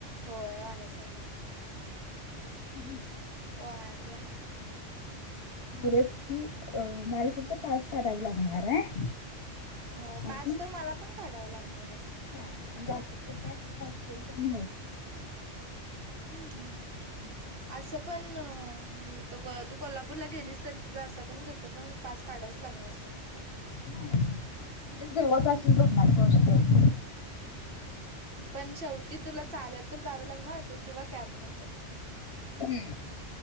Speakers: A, on the right (about 50°); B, on the left (about 55°).
A: होय वारचा चालय.
B: हम्.
A: वारला.
B: फुलेच की अ माला फकत पास काढावे लागणार आहे.
A: अं
B: आणि
A: पास तर मला पण काढावा लागणार आहे.
B: हा का हॉस्टेल पण न.
A: हम्म. असं पण तू कोल्हापूरला गेलीस तरी तुझं असं पण तसं पण पास काढावंच लागणारस नातके
B: नाही तिथ जवळपासून बघणार होस्टेल
A: पण शेवटी तुला चालत तर जावं लागणार असेल किंवा कॅब नंतर.
B: हम्म.